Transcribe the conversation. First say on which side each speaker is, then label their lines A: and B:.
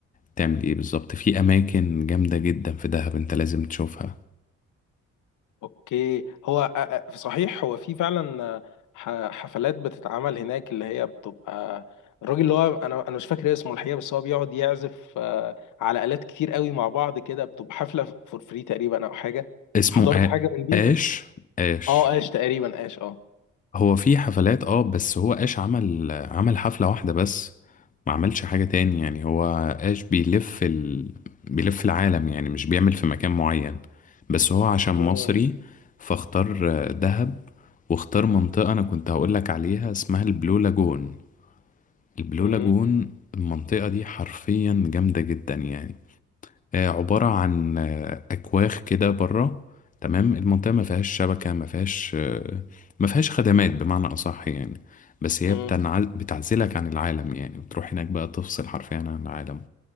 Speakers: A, on the left (about 25°); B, on the left (about 80°).
A: تعمل إيه بالظبط في أماكن جامدة جدا في دهب أنت لازم تشوفها
B: اوكي هو أ- أ- صحيح هو في فعلا ح- حفلات بتتعمل هناك اللي هي بتبقى الراجل اللي هو انا انا مش فاكر اسمه الحقيقه بس هو بيقعد يعزف آه، على آلات كتير قوي مع بعض كده بتبقى حفله فور فري تقريبا او حاجه
A: اسمه
B: حضرت
A: آ-
B: حاجه من دي
A: آش آش
B: اه قاش تقريبا قاش اه
A: هو في حفلات اه بس هو آش عمل عمل حفلة واحدة بس ما عملش حاجة تاني يعني هو آش بيلف ال... بيلف العالم يعني مش بيعمل في مكان معين بس
B: اوكي
A: هو عشان مصري فاختار آه، دهب واختار منطقة أنا كنت هقولك عليها اسمها البلو لاجون البلو
B: مم،
A: لاجون المنطقة دي حرفيا جامدة جدا يعني آه، عبارة عن آه، أكواخ كده بره تمام المنطقة ما فيهاش شبكة ما فيهاش آه، ما فيهاش خدمات بمعنى أصح يعني بس هي
B: مم،
A: بتنعل بتعزلك عن العالم يعني بتروح هناك بقى تفصل حرفيا عن العالم